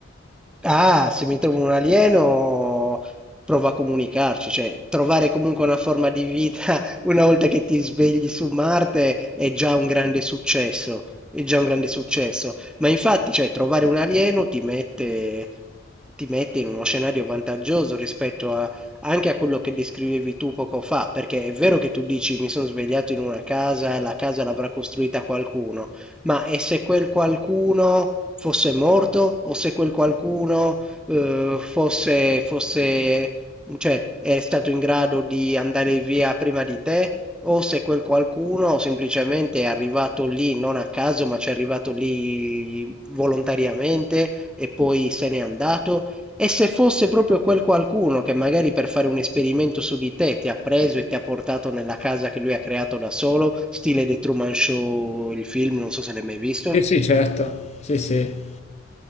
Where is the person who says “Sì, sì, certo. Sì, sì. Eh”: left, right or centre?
Left